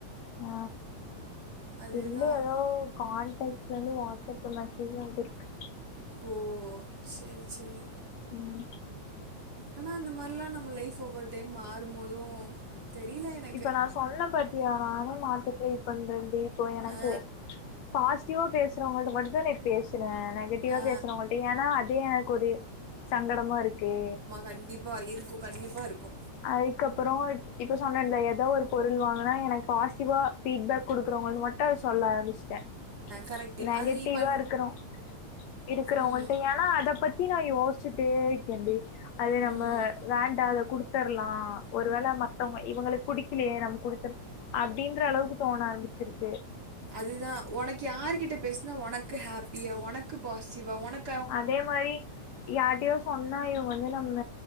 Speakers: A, on the left; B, on the right.
A: ஆ
B: அதுதான்
A: இல்ல எதோ கால்டைப்லந்து வாட்ஸ்சப்புக்கு மெசேஜ் வந்துருக்கு
B: ஓ சேரி சேரி
A: ம்
B: ஆனா அந்த மாரிலா நம்ம லைஃப் ஒவ்வொரு டைம் மாறும்போது தெரியல எனக்கு
A: இப்ப நா சொன்ன பாத்தியா நானே மாத்தி போய் பண்ரன்டி இப்போ எனக்கு
B: ஆ
A: பாஸ் சிட்டிவ்வா பேஸ்றவங்கள்ட்ட மட்டுந்தா பேசுன நெகட்டிவா
B: ஆ
A: பேசுறவங்கள்ட ஏனா அதே எனக்கு ஒரு சங்கடமா இருக்கே
B: கண்டிப்பா இருக்கு கண்டிப்பா இருக்கு
A: அதுக்கப்பறோ இப் இப்ப சொன்னன்ல ஏதோ ஒரு பொருள் வாங்குனா எனக்கு பாசிட்டிவா ஃபீட்பேக் குடுக்குறவங்க மட்டு அத சொல்ல ஆரமிஸ்ட்ட
B: கரெக்டு
A: நெகட்டிவா
B: அது இப்போ
A: இருக்கணு இருக்குறவங்கள்ட
B: ம்
A: ஏனா அத பத்தி நா யோஸ் வச்சிட்டே இக்கண்டி அது நம்ப
B: ம்
A: வேண்டா அத குடுத் குடுத்ர்லா ஒரு வேல மத்தவங்க இவுங்கள புடிக்கிலியே நம்ப குடுத்துற அப்டின்ற அளவுக்கு தோண ஆரம்பிச்சிருச்சு
B: அதுதா ஒனக்கு யாரு கிட்ட பேசுனா ஒனக்கு ஹாப்பியா ஒனக்கு பாசிட்டிவா ஓனக்
A: அதே மாரி யார்ட்டையோ சொன்னா இவ வந்து நம்ம